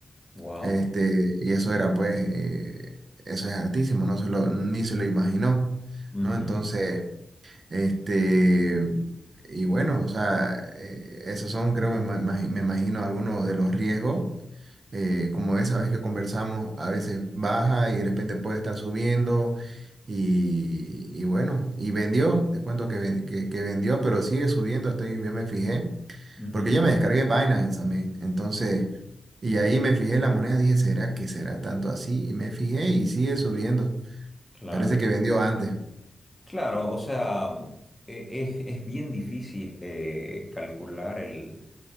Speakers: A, on the left; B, on the right.
A: wow,
B: Este, y eso era pues, eh, eso es hartísimo, no se lo, ni se lo imaginó,
A: ujú,
B: ¿no? Entonces... Este, y bueno, o sea, eh, esos son, creo, me, ma- imagi- me imagino, algunos de los riesgos. Eh, como esa vez que conversamos, a veces baja y de repente puede estar subiendo. Y, y bueno, y vendió, te cuento que, ven- que, que vendió, pero sigue subiendo, estoy, yo me fijé,
A: ujú,
B: porque yo me descargué Binance también. Entonces, y ahí me fijé la moneda, dije, ¿será que será tanto así? Y me fijé y sigue subiendo.
A: claro.
B: Parece que vendió antes.
A: Claro, o sea, e- es, es bien difícil eh, calcular el,